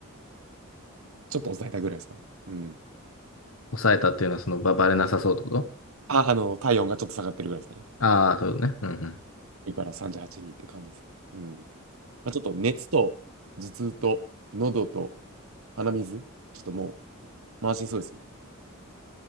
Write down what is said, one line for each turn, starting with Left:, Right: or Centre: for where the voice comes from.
Right: ちょっと抑えたぐらいですかね。うん。
Left: 抑えたっていうのは、その、ば、バレなさそうってこと
Right: あ、あの、体温がちょっと下がってるぐらいですかね。
Left: ああー、そうね。うん
Right: だから38人って感じですかね。うん。まあ、ちょっと熱と、頭痛と、喉と、鼻水、ちょっともう、満身そうですね。